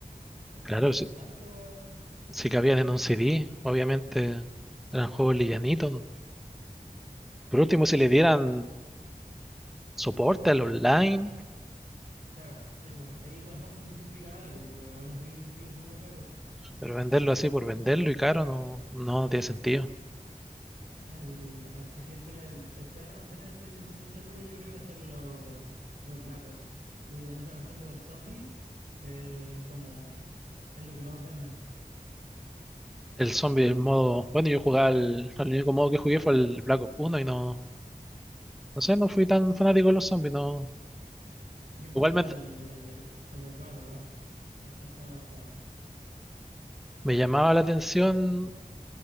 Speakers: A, on the right (about 75°); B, in the centre.
A: Entonces
B: Claro,
A: cobrar
B: si,
A: tanto pa-
B: si cabían en un CD, obviamente eran juegos livianitos. Por último, si le dieran soporte al online,
A: Claro, sí, pues. Ahí que a lo mejor se justifica algo, pero aún así sigue siendo caro.
B: pero venderlo así por venderlo y caro no, no tiene sentido.
A: A- Al, al que siempre le- al que van a mantener el precio en 60 lucas, yo creo que va a ser los los Black Ops. Porque con esa cuestión de los zombies, eh, es como. Es lo que más venden.
B: El zombie, el modo. Bueno, yo jugaba al. El único modo que jugué fue el Black Ops 1 y no. No sé, no fui tan fanático de los zombies, no.
A: Yo jugaba
B: Igual me,
A: el del, el, de- el del World of War. E- Ese me gustaba.
B: me llamaba la atención